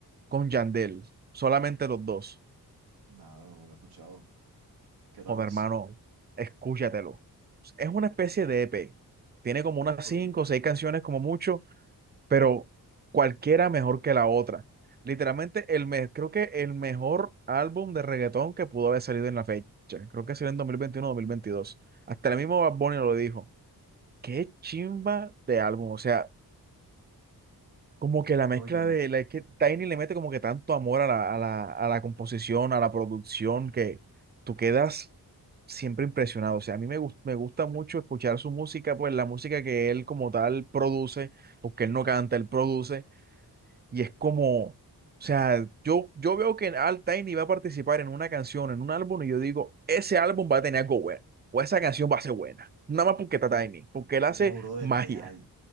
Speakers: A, on the right; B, on the right.
A: con Yandel, solamente los dos.
B: nada, no lo he escuchado. ¿Qué tal
A: Joder,
B: es?
A: hermano, escúchatelo. Es una especie de EP. Tiene como unas
B: Ok,
A: cinco o seis canciones como mucho, pero cualquiera mejor que la otra. Literalmente, el me- creo que el mejor álbum de reggaetón que pudo haber salido en la fecha. Creo que salió en 2021 o dos mil veintidós Hasta el mismo Bad Bunny lo dijo. Qué chimba de álbum. O sea, como que la
B: no,
A: mezcla
B: yo no,
A: de, la, es que Tiny le mete como que tanto amor a la, a la, a la composición, a la producción, que tú quedas siempre impresionado. O sea, a mí me, gus- me gusta mucho escuchar su música, pues la música que él como tal produce, porque él no canta, él produce, y es como, o sea, yo, yo veo que Al Tiny va a participar en una canción, en un álbum, y yo digo, ese álbum va a tener algo bueno, o esa canción va a ser buena, nada más porque está
B: no,
A: Tiny, porque él hace
B: no, brother,
A: magia.
B: real,